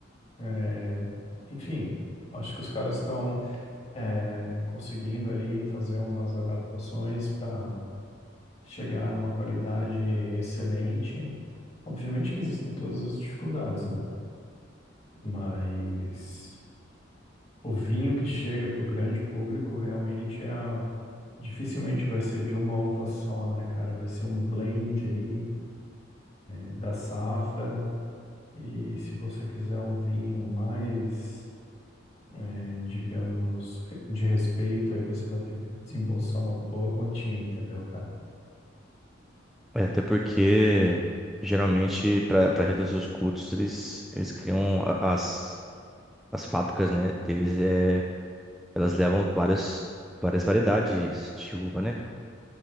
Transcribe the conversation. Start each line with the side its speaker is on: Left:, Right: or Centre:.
Left: é, enfim, acho que os caras estão é, conseguindo aí fazer umas adaptações para chegar numa qualidade excelente. Obviamente que existem todas as dificuldades, né? Mas o vinho que chega para o grande público realmente é a- dificilmente vai ser de uma uva só, né, cara? Vai ser um blend aí da safra. E se você quiser um vinho mais, eh, digamos, de respeito, aí você vai ter que desembolsar uma boa quantia, entendeu, cara?
Centre: É, até porque, geralmente, para para reduzir os custos, eles, eles criam a- as, as fábricas, né? Deles, é, elas levam várias, várias variedades de uva, né?